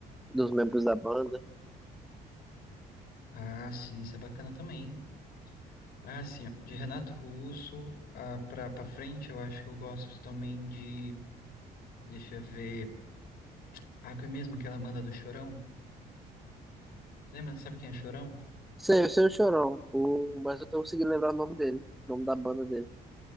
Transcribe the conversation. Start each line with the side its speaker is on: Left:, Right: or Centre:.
Centre: dos membros da banda.
Left: ah, sim, isso é bacana também. Ah, sim, ó, de Renato Russo ah, pra, pra frente, eu acho que eu gosto também de. Deixa eu ver. Ah, que é mesmo aquela banda do Chorão? Lembra? Sabe quem é Chorão?
Centre: Sei, eu sei o Chorão, o, mas eu tô conseguindo lembrar o nome dele, o nome da banda dele.